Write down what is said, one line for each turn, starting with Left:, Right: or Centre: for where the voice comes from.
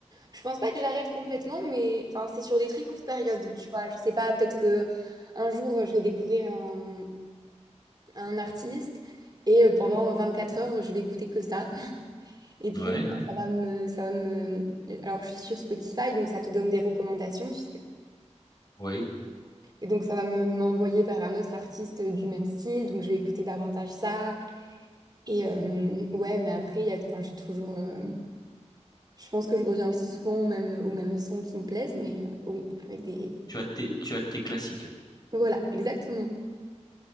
Right: Je pense pas que j'arrête complètement, mais enfin c'est sur des très courtes périodes, tu vois. Je sais pas, peut-être que un jour je vais découvrir un, un artiste et euh, pendant quatre heures je vais écouter que ça. Et puis,
Left: Ouais, ouais.
Right: ça va me, ça va me... Alors, je suis sur Spotify, donc ça te donne des recommandations, tu sais.
Left: Oui.
Right: Et donc, ça va me m'envoyer vers un autre artiste du même style, donc je vais écouter davantage ça. Et euh, ouais, mais après, il y a, enfin, j'ai toujours... euh, je pense que je reviens aussi souvent aux mêmes, aux mêmes sons qui me plaisent, mais euh, oui, avec des...
Left: Tu as tes, tu as tes classiques.
Right: Voilà, exactement.